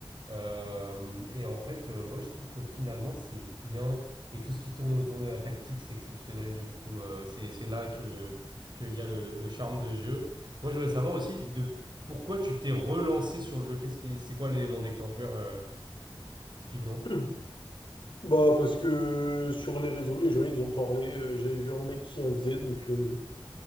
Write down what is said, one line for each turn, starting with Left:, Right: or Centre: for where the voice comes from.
Right: Euh, et en fait, euh, ouais, je trouve que finalement, c'est bien. Et tout ce qui tourne autour de la tactique, c'est exceptionnel, je trouve. Euh, c'est, c'est là que, qu'il y a le, le charme de ce jeu. Moi, je voudrais savoir aussi de pourquoi tu t'es relancé sur le jeu. Qu'est-ce qui, c'est quoi l'élément déclencheur, euh, typiquement?
Left: <clears throat> Bah, parce que sur les réseaux, les gens, ils ont parlé. euh, J'avais vu un mec qui en faisait. Donc, euh,